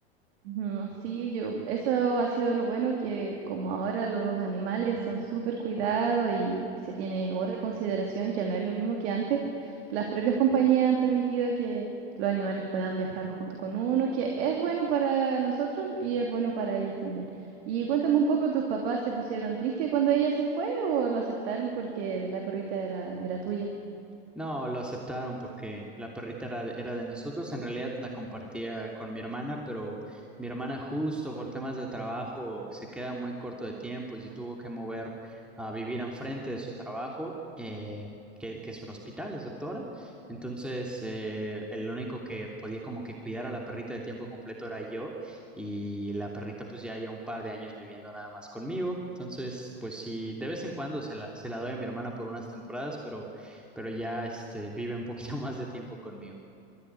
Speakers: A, on the right (about 70°); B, in the centre.
A: Ujú, Sí, yo, eso ha sido lo bueno que como ahora los animales son súper cuidados y se tiene otra consideración, ya no es lo mismo que antes, las propias compañías han permitido que los animales puedan viajar junto con uno, que es bueno para nosotros y es bueno para ellos también. Y cuéntame un poco, ¿tus papás se pusieron tristes cuando ella se fue o lo aceptaron porque la perrita era, era tuya?
B: No, lo aceptaron porque la perrita era, era de nosotros. En realidad la compartía con mi hermana, pero mi hermana justo por temas de trabajo se queda muy corto de tiempo y se tuvo que mover a vivir enfrente de su trabajo, eh, que, que es un hospital, es doctora. Entonces, eh, el único que podía como que cuidar a la perrita de tiempo completo era yo y la perrita pues ya lleva un par de años viviendo nada más conmigo. Entonces, pues sí, de vez en cuando se la, se la doy a mi hermana por unas temporadas, pero pero ya este, vive un poquito <laughs> más de tiempo conmigo.